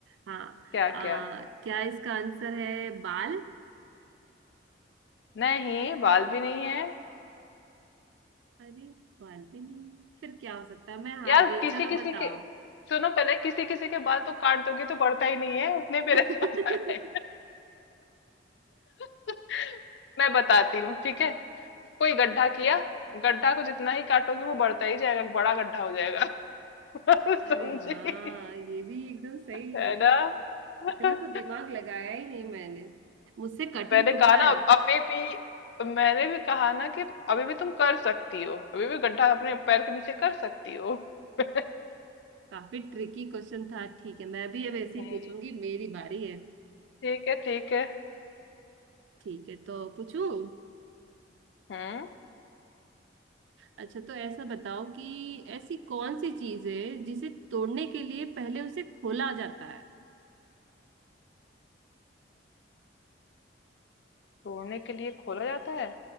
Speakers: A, on the right; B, on the left.
A: हाँ
B: क्या
A: आ,
B: क्या
A: क्या इसका आंसर है बाल
B: नहीं बाल भी नहीं है
A: अरे बाल भी नहीं फिर क्या हो सकता है मैं हार
B: यार
A: गई
B: किसी
A: चलो
B: किसी
A: बताओ
B: के सुनो पहले किसी किसी के बाल तो काट दोगी तो बढ़ता ही नहीं है उतने
A: <laughs>
B: पे रह जाता है <laughs> मैं बताती हूँ ठीक है कोई गड्ढा किया गड्ढा को जितना ही काटोगी वो बढ़ता ही जाएगा बड़ा गड्ढा हो जाएगा <laughs>
A: अरे
B: समझी
A: हाँ ये भी एकदम सही
B: है
A: है
B: ना
A: इतना
B: हाँ,
A: तो दिमाग लगाया ही नहीं मैंने मुझसे कठिन
B: मैंने
A: पूछा
B: कहा ना
A: है
B: अभी भी मैंने भी कहा ना कि अभी भी तुम कर सकती हो अभी भी गड्ढा अपने पैर के नीचे कर सकती हो <laughs>
A: काफी ट्रिकी क्वेश्चन था ठीक है मैं भी अब ऐसे ही
B: हम्म,
A: पूछूंगी मेरी बारी है
B: ठीक है ठीक है
A: ठीक है तो पूछूं
B: हम्म
A: अच्छा तो ऐसा बताओ कि ऐसी कौन सी चीज है जिसे तोड़ने के लिए पहले उसे खोला जाता है
B: तोड़ने के लिए खोला जाता है